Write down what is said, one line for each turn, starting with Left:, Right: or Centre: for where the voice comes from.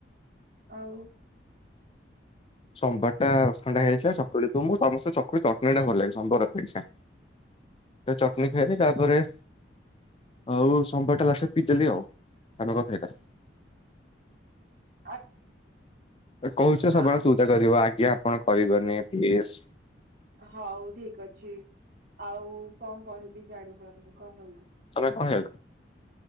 Right: ଆଉ।
Left: ସମ୍ୱର୍ଟା ଥଣ୍ଡା ହେଇଯାଇଥିଲା ଚକୁଳି ମୁଁ ସମସ୍ତେ ଚକୁଳି ଚଟଣୀ ଟା ଭଲ ଲାଗେ ସମ୍ୱର୍ ଅପେକ୍ଷା। ତ ଚଟଣିୀ ଖାଇଲି ତାପରେ ଆଉ ସୋମ୍ୱର୍ଟା ଲାଷ୍ଟ କୁ ପିଦେଲି ଆଉ ତମେ କଣ ଖାଇଲ।
Right: <inaudible>
Left: କହୁଛ ସବୁବେଳେ
Right: ଆଉ
Left: ତୁତା କରିବ ଆଜ୍ଞା ଆପଣ କରିବନି ପ୍ଲିସ୍।
Right: ହଉ ଠିକ୍ ଅଛି। ଆଉ କଣ କହିବି ଜାଣିପାରୁନି। କଣ କହିବି।
Left: ତମେ କଣ ଖାଇଲ